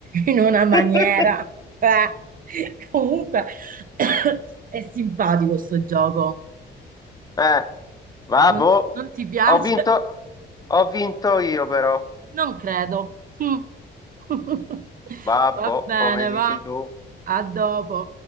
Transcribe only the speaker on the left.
<laughs>
Eh, babbo,
ho vinto, ho vinto io però.
Babbo,
come dici
tu?